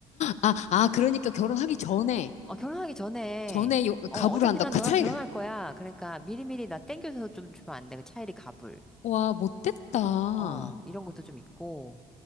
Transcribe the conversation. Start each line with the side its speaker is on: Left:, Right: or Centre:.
Left: 아, 아, 그러니까 결혼하기 전에,
Centre: 어 결혼하기 전에
Left: 전에 요,
Centre: 어
Left: 가부를
Centre: 어차피
Left: 한다.
Centre: 난
Left: 그
Centre: 너랑
Left: 차이가,
Centre: 결혼할 거야. 그러니까 미리미리 나 땡겨줘서 좀 주면 안 돼? 그 차이리 가불.
Left: 와, 못됐다.
Centre: 어 이런 것도 좀 있고.